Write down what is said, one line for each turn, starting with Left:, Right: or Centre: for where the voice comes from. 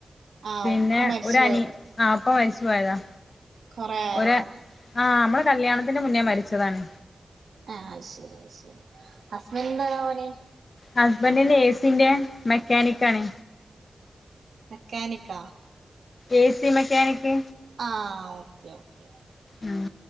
Right: ആഹ്
Left: പിന്നെ
Right: ഉപ്പ മരിച്ചു
Left: ഒരു അനി ആപ്പ മരിച്ചു പോയതാ
Right: കൊറിയായോ
Left: ഒര് ആഹ് നമ്മളെ കല്യാണത്തിന്റെ മുന്നേ മരിച്ചതാണ്
Right: ആ ശരിയ ശരി ഹസ്ബന്റിനെന്താ പണി
Left: ഹസ്ബന്റിന്റെ എ സിന്റെ മെക്കാനിക്കാണ്
Right: മെക്കാനിക്ക
Left: എസി മെക്കാനിക്
Right: ആ ഓക്കെ ഓക്കെ
Left: ഉം